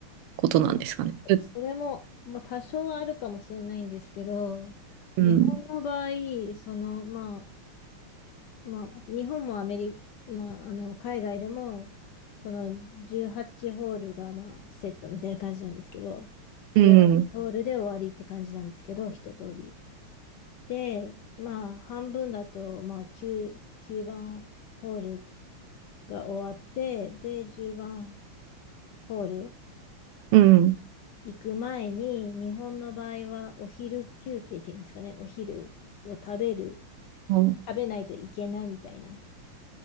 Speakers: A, on the right (about 85°); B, on the left (about 75°).
A: ことなんですかね。
B: ま
A: う
B: あそれも、まあ、多少はあるかもしれないんですけど、
A: うん。
B: 日本の場合、その、まあ、まあ、日本もアメリカ、まあ、あの、海外でも、その18ホールが、まあ、セットみたいな感じなんですけど、18ホールで終わりって感じなんですけど、
A: うん。
B: 一通り。で、まあ、半分だと、まあ、9、9番ホールが終わって、で、10番ホール。
A: うん。
B: 行く前に、日本の場合はお昼休憩っていうんですかね、お昼を食べる、
A: うん
B: 食べないといけないみたいな、